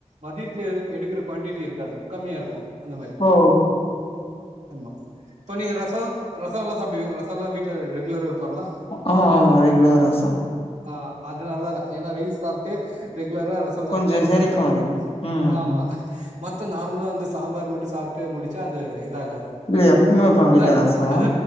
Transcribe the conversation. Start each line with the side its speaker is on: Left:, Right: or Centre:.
Right: மதியத்துல எடுக்கற குவான்டிட்டி இருக்காது கம்மியா இருக்கு அந்த மாரி
Left: ஓ
Right: ஆமா இப்ப நீங்க ரசோ ரசோல்லா சாப்டுவீங்க ரசல்லா வீட்டுல ரெகுலரா வெப்பாங்களா
Left: ஆமா ஆமா ரெகுலர் ரசோ
Right: அ அதுனல்லதா ஏன்னா ரைஸ் சாப்ட்டு ரெகுலரா ரசோ சாப்ட்டா
Left: கொஞ்சோ
Right: ப்ரச்சன
Left: செரிக்கு
Right: இல்ல
Left: அது ம்
Right: ஆமா மத்த நார்மலா வந்து சாம்பார் மட்டு சாப் ட்டு முடுச்சா அது இதாகாது
Left: இல்ல எப்பவுமே வெப்பாங்க வீட்ல
Right: அத
Left: ரசோ
Right: கத